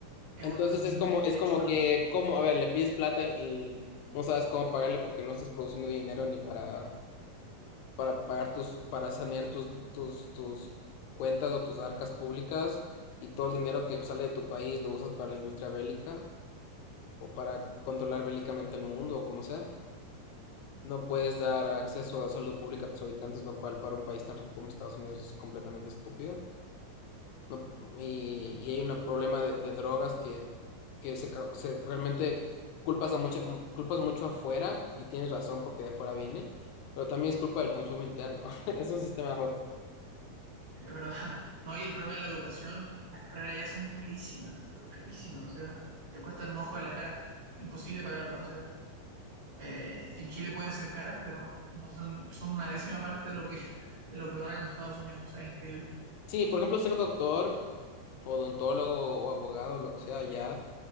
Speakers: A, on the right; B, on the left.
A: es
B: Entonces
A: un
B: es como, es
A: hecho
B: como
A: importante.
B: que, como, a ver, le pides plata y no sabes cómo pagarle porque no estás produciendo dinero ni para, para pagar tus, para sanear tus, tus, tus cuentas o tus arcas públicas y todo el dinero que sale de tu país lo usas para la industria bélica o para controlar bélicamente el mundo o como sea. No puedes dar acceso a salud pública a tus habitantes, lo cual para un país tan rico como Estados Unidos es completamente estúpido. No, y, y hay un problema de, de drogas que, que se, ca- se- realmente culpas a mucha, m- culpas mucho afuera y tienes razón porque de afuera viene, pero también es culpa del consumo interno. <laughs> Es un sistema roto.
A: Es verdad. <laughs> No, y el problema de la educación, las carreras ya son carísimas, pero carísimas, o sea, te cuestan un ojo de la cara, imposible pagarla, o sea, eh, en Chile pueden ser caras, pero no son, son una décima parte de lo que, <laughs> de lo que valen en Estados Unidos, o sea, increíble.
B: Sí, por ejemplo, ser doctor, odontólogo o abogado, lo que sea, ya